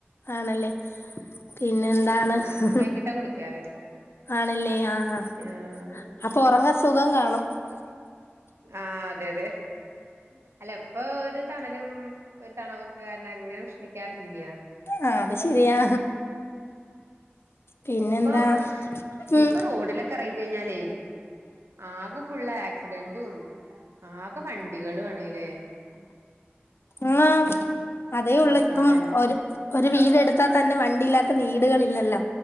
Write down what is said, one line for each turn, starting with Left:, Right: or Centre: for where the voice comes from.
Left: ആണല്ലേ പിന്നെ എന്താണ്
Right: നല്ല
Left: ഹ് ഹ്
Right: വൈകിട്ടാ കുളിക്കാറ്
Left: ആണല്ലേ ആ ആ
Right: ആഹ്
Left: അപ്പൊ ഒറങ്ങ സുഖം കാണും <unintelligible>
Right: ആ അതെ യതെ അല്ല എപ്പൊ ഒരു തണലും ഒരു തണവൊക്കെ അങ്ങനെ ഉഷ്ണിക്കാറില്ല്യ
Left: ആ അത് ശരിയാ പിന്നെന്താ
Right: പ്പൊ
Left: ഉം
Right: ഇപ്പൊ റോഡിലൊക്കെ എറങ്ങിക്കഴിഞ്ഞാലെ ആകെ ഫുള്ള് ആക് <unintelligible> റ്റും ആകെ വണ്ടികളും ആണ്ല്ലേ
Left: ങ്ങാ അതേ ഒള്ള്
Right: ആഹ്
Left: ഇപ്പം ഒരു ഒരു വീടെടുത്താ തന്നെ വണ്ടിയി ല്ലാത്ത വീടുകളില്ലല്ലോ